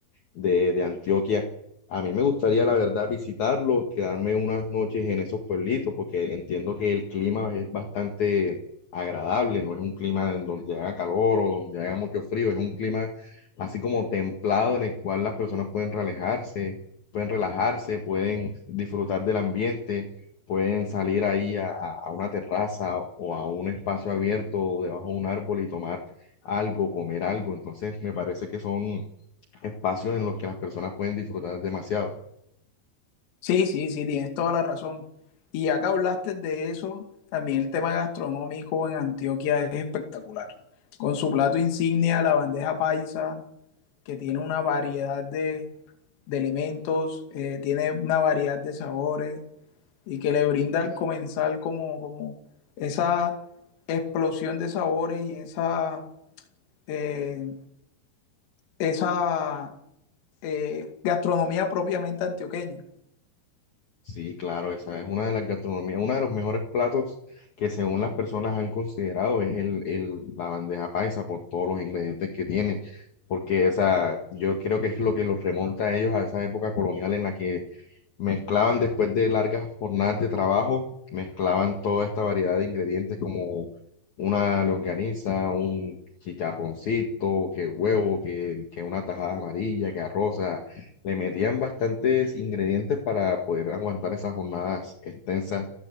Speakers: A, on the left; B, on the left.
A: de, de Antioquia. A mí me gustaría, la verdad, visitarlos, quedarme unas noches en esos pueblitos, porque entiendo que el clima es bastante agradable, no es un clima en donde haga calor o donde haga mucho frío, es un clima así como templado en el cual las personas pueden relajarse, pueden relajarse, pueden disfrutar del ambiente, pueden salir ahí a, a a una terraza o a un espacio abierto o debajo de un árbol y tomar algo, comer algo. Entonces, me parece que son espacios en los que las personas pueden disfrutar demasiado.
B: Sí, sí, sí, tienes toda la razón. Y acá hablaste de eso, también el tema gastronómico en Antioquia es espectacular. Con su plato insignia, la bandeja paisa, que tiene una variedad de, de elementos, eh, tiene una variedad de sabores, y que le brinda al comenzar como, como esa explosión de sabores y esa, eh, esa eh, gastronomía propiamente antioqueña.
A: Sí, claro, esa es una de las gastronomías, uno de los mejores platos que según las personas han considerado es el, el- la bandeja paisa por todos los ingredientes que tiene, porque esa, yo creo que es lo que los remonta a ellos a esa época colonial en la que Mezclaban después de largas jornadas de trabajo, mezclaban toda esta variedad de ingredientes como una longaniza, un chicharroncito, que huevo, que, que una tajada amarilla, que arroz, o sea, le metían bastantes ingredientes para poder aguantar esas jornadas extensas